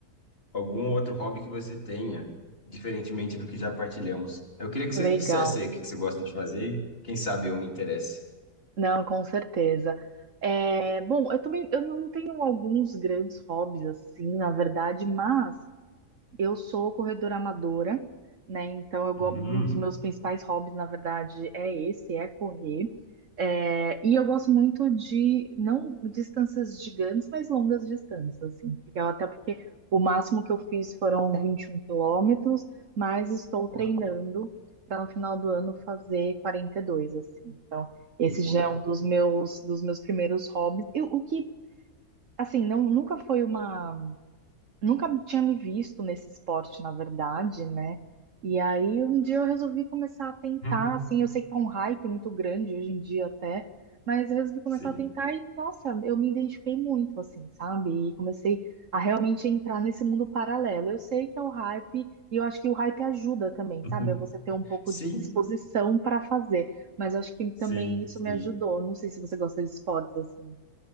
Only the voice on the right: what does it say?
legal.
Não, com certeza. É, bom, eu também eu não tenho alguns grandes hobbies assim, na verdade, mas Eu sou corredora amadora, né? Então, eu,
go- um dos meus principais hobbies, na verdade, é esse, é correr. É, e eu gosto muito de, não distâncias gigantes, mas longas distâncias, assim. Porque, até porque o máximo que eu fiz foram 21 quilômetros, mas estou
treinando para no final do ano fazer 42, assim. Então, esse
já é um dos meus, dos meus primeiros hobbies. Eu- o que, assim, não, nunca foi uma nunca tinha me visto nesse esporte, na verdade, né? E aí um dia eu resolvi começar a tentar,
assim, eu sei que tá um hype muito grande hoje em dia até, mas eu resolvi começar
a tentar e, nossa, eu me identifiquei muito, assim, sabe? E comecei a realmente entrar nesse mundo paralelo. Eu sei que é o hype e eu acho que o hype ajuda também,
sabe? É você ter um pouco
de disposição para fazer, mas eu acho que também
isso
me ajudou. Não sei se você gosta de esportes, assim.